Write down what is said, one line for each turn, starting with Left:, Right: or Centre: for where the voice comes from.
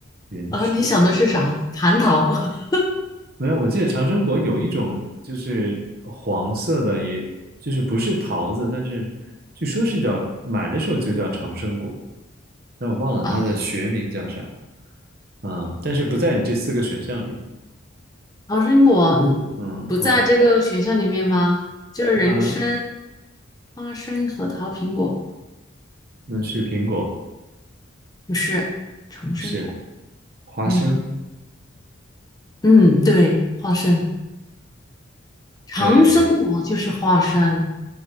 Right: 原生
Left: 啊，你想的是啥？蟠桃 <laughs>。
Right: 没有，我记得长生果有一种就是黄色的也，就是不是桃子，但是据说是叫买的时候就叫长生果，但我忘了它的学名叫啥。
Left: 啊，
Right: 嗯，但是不在你这四个选项里的。
Left: 长生果嗯不在这个选项里面吗？
Right: 嗯，我是
Left: 就是人参、
Right: 它，
Left: 花生、核桃、苹果，
Right: 那是苹果，
Left: 不是长生果。
Right: 不是花生。
Left: 嗯嗯，对，花生。长生果就是花生，
Right: 对，